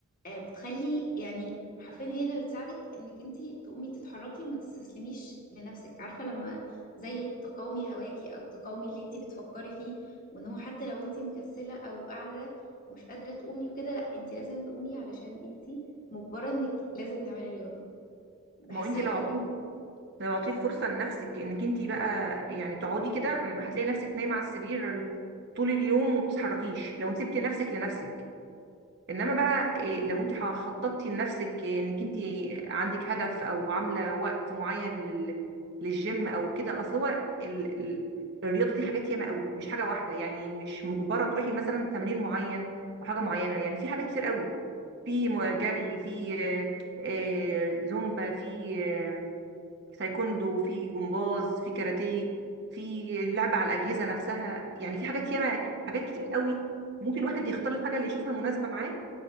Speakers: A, on the left; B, on the right.
A: آه، بتخلي يعني حرفيا هي اللي بتساعدك انك انتي تقومي تتحركي وما تستسلميش لنفسك عارفة لما زي تقاومي هواكي او تقاومي اللي انتي بتفكري فيه وان هو حتى لو انتي مكسلة او قاعدة مش قادرة تقومي وكده لا انتي لازم تقومي علشان انتي مجبرة انك لازم تعملي رياضة بحسها
B: ما هو انت لو
A: كده
B: عطيتي لو عطيتي الفرصه لنفسك انك انت بقى يعني تقعدي كده م، هتلاقي نفسك نايمه على السرير ال- طول اليوم وما بتتحركيش لو انت سبتي نفسك لنفسك انما بقى إيه، لو انت ح- خططتي لنفسك انك انت عندك هدف او عامله وقت معين لل... للجيم او كده اصل هو ال... ال... الرياضه دي حاجات ياما قوي مش حاجه واحده يعني مش مجبره تروحي مثلا تمرين معين او حاجه معينه يعني في حاجات كتير قوي في
A: مم.
B: م- جري في آه، آه، زومبا في آه، تايكوندو في جمباز في كاراتيه في اللعب على الأجهزة نفسها يعني في حاجات ياما حاجات كتير قوي ممكن الواحد يختار الحاجة اللي يشوفها مناسبة معاه